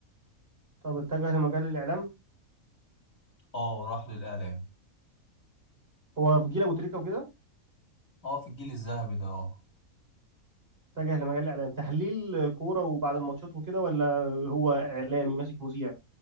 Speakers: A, on the right; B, on the left.
A: طب اتجه لمجال الإعلام
B: اه راح للاعلام
A: هو في جيل أبو تريكة وكده
B: اه في الجيل الذهبي ده اه
A: اتجه لمجال الإعلام تحليل كورة وبعد الماتشات وكده ولا هو إعلامي ماسك مذيع